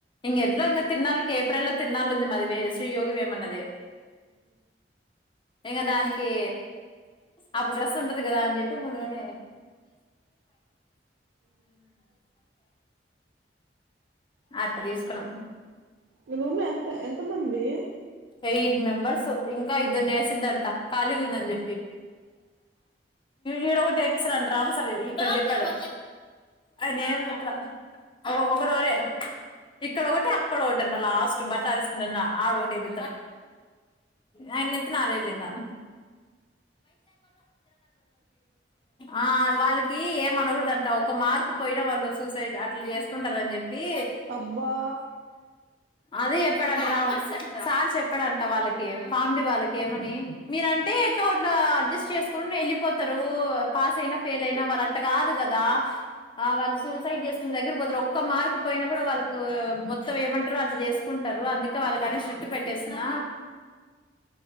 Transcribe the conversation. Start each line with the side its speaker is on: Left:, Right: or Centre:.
Left: ఇంగ ఎట్లో ఇంకా తిన్నాలకి ఏప్రిల్ లో తిన్నాలు ఉంది మాది వే శ్రీయోగి వేమన్నది ఇగ దానికి అప్పుడు డ్రెస్ ఉంటుంది కదా అని చెప్పి ముందుగానే అట్ట తీసుకున్నాం
Right: మీ రూమ్ లో ఎంత ఎంత మంది
Left: ఎయిట్ మెంబర్స్ ఇంకా ఇద్దరునీ ఏసిద్దంట ఖాళీ ఉందని చెప్పి ఈడ ఒకటి వేపిస్తాడంట ఒకసార్ ఇక్కడ చెప్పాడు ఆయన ఏం చెప్పలా ఒకోర ఇక్కడ ఒకటి అక్కడ ఒకటంట లాస్ట్ బట్టల్ ఆరేసుకుంటల ఆడ ఒకటి ఏపీ ఆయన్ నెత్తిన అరెయలెంగా ఆ వాళ్ళకీ ఏం అనాకూడదంట ఒక మార్క్ పోయిన వాళ్ళు సూసైడ్ అట్లా చేసుకుంటారని చెప్పి తి
Right: అబ్బా
Left: అది ఎప్పడన్నా రావచ్ సార్ సార్ చెప్పాడంట వాళ్ళకి పావని వాళ్ళకి ఏమని మీరంటే ఎటో అట్లా అడ్జస్ట్ చేసుకుని వెళ్ళిపోతారు పాస్ అయినా ఫెయిల్ అయినా వాళ్ళు అట్ట కాదు కదా ఆ వాళ్ళు సూసైడ్ చేసుకునే దగ్గర పోతరు ఒక్క మార్కు పోయినా కూడా వాళ్ళకి మొత్తం ఏమంటారు అట్లా చేసుకుంటారు అందుకే వాళ్ళ కానే పెట్టి పెట్టేస్తున్న